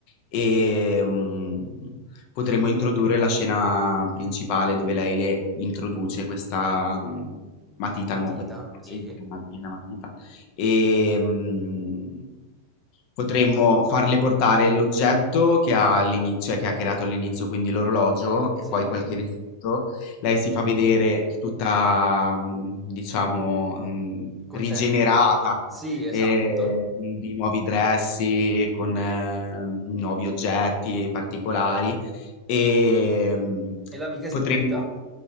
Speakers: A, on the left; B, in the centre.
A: E mm, potremmo introdurre la scena principale dove lei le introduce questa mm, matita
B: Matita?
A: nuova, questa patente,
B: Sì,
A: matita, matita. E mm, potremmo farle portare l'oggetto che ha all'inizio, cioè che ha creato all'inizio, quindi l'orologio e
B: sì,
A: poi qualche vestito. Lei si fa vedere tutta, mm, diciamo, mm,
B: contento.
A: rigenerata
B: Sì, esatto.
A: e con di nuovi dressi, con eh, nuovi oggetti particolari e mm,
B: E l'amica è
A: potremmo,
B: stupita